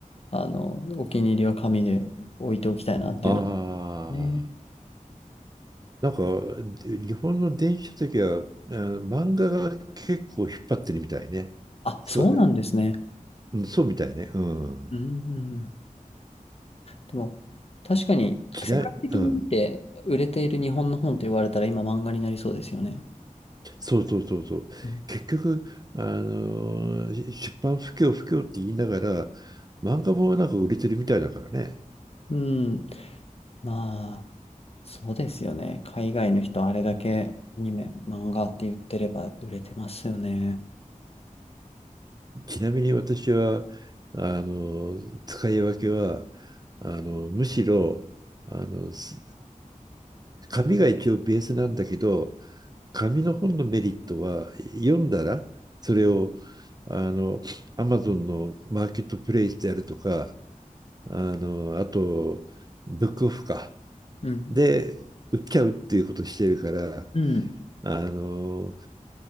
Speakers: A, on the left; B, on the right.
A: あの、お気に入りは紙で置いておきたいなっていうの
B: あ
A: ねえ。
B: あ、なんか、で日本の電子書籍は、あの漫画が結構引っ張ってるみたいね。
A: あ、
B: そう、
A: そうなんですね。
B: うん、そうみたいね。うん。
A: うん、でも、確かに、
B: 嫌い、
A: 世界的に見て売れている日本の本と言われたら今漫画になりそうですよね。
B: うん。そうそうそうそう。
A: うん。
B: 結局、あのーし出版不況不況って言いながら、漫画もなんか売れてるみたいだからね。
A: うんまあ、そうですよね。海外の人あれだけアニメ、漫画って言ってれば売れてますよね。
B: ちなみに私は、あのー使い分けは、あのーむしろ、あのーす紙が一応ベースなんだけど、紙の本のメリットは、読んだら、それを、あの、Amazon のマーケットプレイスであるとか、あの、あと、ブックオフか。
A: うん。
B: で、売っちゃうっていうことをしてるから、
A: うん。
B: あの、